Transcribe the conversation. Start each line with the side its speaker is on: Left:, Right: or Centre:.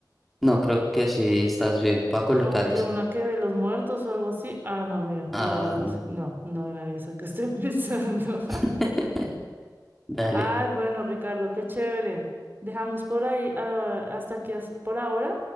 Centre: No, creo que sí, estás bien. Voy a colocar
Right: Como que
Centre: esa.
Right: una que ve los muertos o algo así. Ah, no, mira, colabores.
Centre: Ah, no.
Right: No, no era esa que estoy <laughs> pensando.
Centre: <laughs> Dale.
Right: Ay, bueno, Ricardo, qué chévere. Dejamos por ahí, ah, hasta aquí as- por ahora.